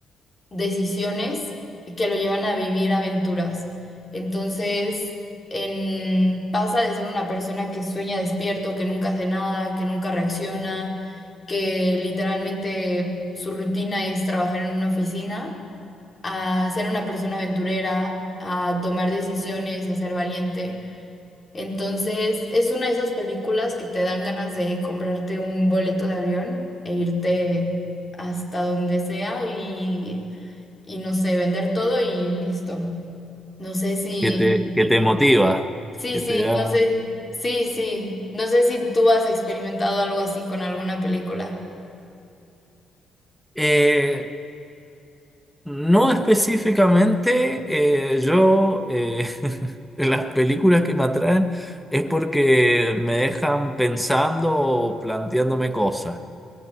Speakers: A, on the left; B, in the centre.
A: decisiones que lo llevan a vivir aventuras. Entonces, en- pasa de ser una persona que sueña despierto, que nunca hace nada, que nunca reacciona, que literalmente su rutina es trabajar en una oficina a ser una persona aventurera, a tomar decisiones, a ser valiente. Entonces, es una de esas películas que te dan ganas de comprarte un boleto de avión e irte hasta donde sea y, y no sé, vender todo y listo. No sé si,
B: ¿Qué te, qué te motiva?
A: sí,
B: ¿Qué
A: sí,
B: te da?
A: no sé, sí, sí, no sé si tú has experimentado algo así con alguna película.
B: Eh, no específicamente, eh, yo eh, <laughs> en las películas que me atraen es porque me dejan pensando o planteándome cosas.